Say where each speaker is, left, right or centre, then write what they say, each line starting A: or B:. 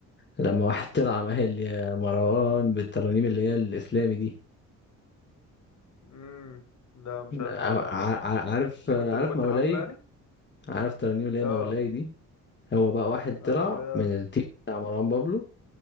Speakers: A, on the left (about 35°); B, on the left (about 60°).
A: لما واحد طلع قال يا مروان بالترانيم اللي هي الاسلامي دي
B: امم لا مش
A: ع-
B: عارف الحوار ده خالص
A: ع- عارف
B: انت
A: عارف
B: كنت موجود
A: مولاي
B: في الحفلة يعني
A: عارف ترانيم ليه
B: اه
A: مولاي دي هو بقى واحد
B: اه
A: طلع
B: لا
A: من التيم بتاع مروان بابلو